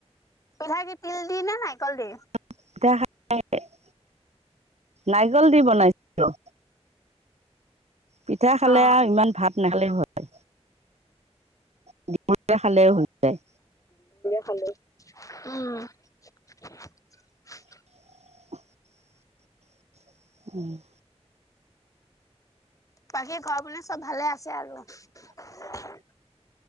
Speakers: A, on the left; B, on the right.
A: পিঠাই কি তিল দি নে নাৰিকল দি।
B: <unintelligible> নাৰিকল দি বনাইছিলোঁ। পিঠা খালে
A: অ
B: আ ইমান ভাত নাখালে হয় <unintelligible> খালেও হৈ যায়।
A: খালোঁ, উম। <unintelligible>
B: <inaudible> উম
A: বাকী ঘৰৰ পিনে চব ভালে আছে আৰু